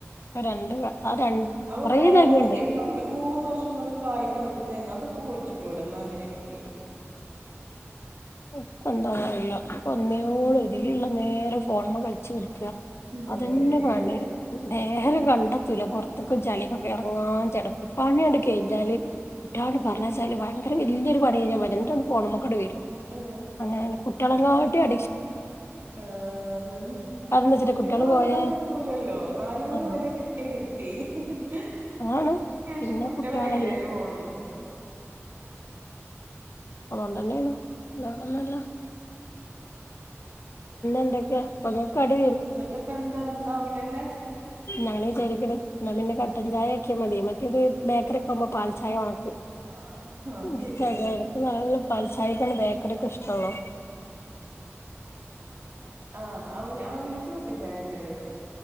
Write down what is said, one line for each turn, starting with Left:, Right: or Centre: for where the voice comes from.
Left: രണ്ട് ആ രണ്ട്
Right: അപ്പൊ
Left: കൊറേ
Right: വേറെ
Left: തെങ്ങുണ്ട്
Right: ഇപ്പൊ വ്വ് മൂന്ന് കൊറച്ച് ഇങ്ങണ്ട് കായക്കണൊക്കെ തേങ്ങ അതൊക്കെ കുഴിച്ചിട്ടൂടെ ന്നാ അങ്ങനെണെങ്കി
Left: ഇപ്പ ന്താ അറീല ഇപ്പ ഒന ഇതിലുള്ള നേരെ ഫോണമ്മ കഴിച്ച ച്
Right: നേരല്ല്യല്ലേ
Left: അതന്നെ പണി നേരം കണ്ടെത്തൂല പൊറത്തുക്കും ചളികൊക്കെ ഇറങ്ങാൻ ചടപ്പ് പണിയണ്ട് കഴിഞ്ഞാല് കുട്ടിയാലോട് പറഞ്ഞയച്ചാല് ഭയങ്കര വല്ല്യരു പണി കഴിഞ്ഞമാരിയാണ് ന്നിട്ട് ഫോണുമക്ക് അങ്ങനെ വരും
Right: ആഹ്
Left: അങ്ങനാണ് കുട്ടികളങ്ങാട്ടിം അ
Right: ആഹ അതന്നെ
Left: അതെന്താ വെച്ചിട്ടാ
Right: കുട്ടികള് വന്നാ
Left: പോയാ
Right: കിട്ടൂലല്ലോ നാലുമണി
Left: ആഹ്
Right: വരെ കിട്ടി കിട്ടി ഹ് ഹ് ഹ് നാല്
Left: ആണ്
Right: മണിക്ക് ശേഷം
Left: പിന്നെ
Right: കുട്ടികളുടെ
Left: കുട്ടികളല്ലേ
Right: കൈയിലാണ് ഫോണ്
Left: അതുകൊണ്ട ന്നെയണു
Right: ഉം.
Left: വേറോന്നും ല്ല എന്തൊക്കെയാ ഇപ്പൊ ഇങ്ങക്ക്
Right: വേറെ
Left: കടി
Right: എന്നിട്ട് ഇപ്പോ എന്താ ഇന്നും അവിൽ തന്നെ
Left: ഇന്നങ്ങനെ വിചാരിക്കുന്നത് നാ പിന്നെ കട്ടൻ ചായ ആക്കിയ മതി മറ്റേത് ബേക്കറി ഒക്കെ ആകുമ്പോൾ പാൽചായ വേണം
Right: ആഹ് അത്
Left: ഉം
Right: ശരിയാണ്
Left: ചെലോർക്ക് നല്ല പാൽ ചായ ഒക്കെ വേണ്ടിവരും തൊള്ളോ
Right: ആഹ് ആഹ് ആഹ് അവ അവില് ക്ക് കട്ടൻ ചായ തന്നെ രസം